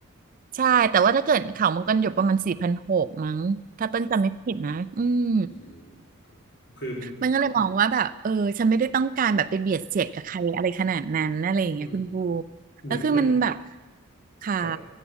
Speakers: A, on the right (about 40°); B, on the left (about 55°).
A: ใช่แต่ว่าถ้าเกิดเขามังกรหยกประมาณสี่พันหกมั้งถ้าเปิ้ลจำไม่ผิดนะ อืม
B: อือหือครับคือ
A: มันก็เลยมองว่าแบบเออฉันไม่ได้ต้องการแบบไปเบียดเสียดกับใครอะไรขนาดนั้นอะไรอย่างเงี้ยคุณบู
B: อืมเหมือนเหมือน
A: แล้วคือมันแบบขา
B: ครับ